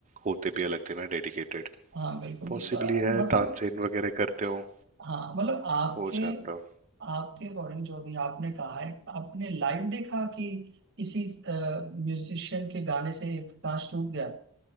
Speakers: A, on the right; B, on the right.
A: होते भी अलग थे ना डेडिकेटेड
B: हाँ बिल्कुल
A: पॉसिबली
B: बिल्कुल अ,
A: है
B: मतलब
A: तानसेन वगैरह करते हो
B: हाँ मतलब आपके
A: हो जाता
B: आपके अकॉर्डिंग जो भी आपने कहा है आपने लाइव देखा कि किसी म्यूजिशियन के गाने से एक कांच टूट गया